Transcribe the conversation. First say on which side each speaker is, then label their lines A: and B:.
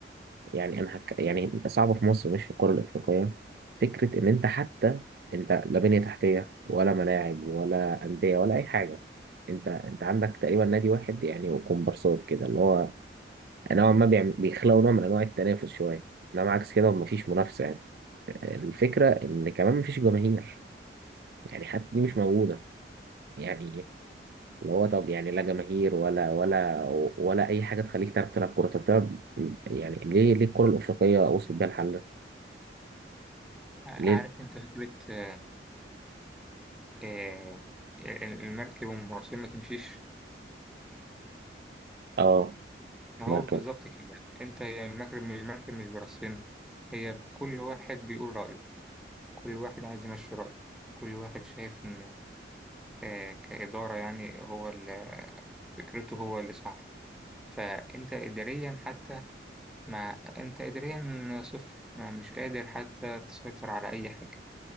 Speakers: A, on the right (about 55°); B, in the centre.
A: يعني أنا هك... يعني صعبة في مصر مش في الكرة الأفريقية فكرة إن أنت حتى أنت لا بنية تحتية ولا ملاعب ولا أندية ولا أي حاجة أنت أنت عندك تقريبا نادي واحد يعني وكومبارسات كده اللي هو نوعا ما بيعم... بيخلقوا نوع من أنواع التنافس شوية إنما عكس كده ومفيش منافسة يعني الفكرة إن كمان مفيش جماهير يعني حتى دي مش موجودة يعني اللي هو طب يعني لا جماهير ولا ولا ولا اي حاجه تخليك تعرف تلعب كوره طب تلعب يعني ليه ليه الكره الافريقيه وصلت بيها الحل ده؟
B: ع-
A: ليه
B: عارف أنت فكرة آه، آه، المركب والمراسين ما تمشيش
A: اه
B: ما
A: مركب
B: هو بالظبط كده أنت هي المركب المركب مش براسين هي كل واحد بيقول رأيه كل واحد عايز يمشي رأيه كل واحد شايف إن آه، كإدارة يعني هو ال- فكرته هو اللي صح فأنت إداريا حتى ما أنت إداريا صفر ما مش قادر حتى تسيطر على أي حاجة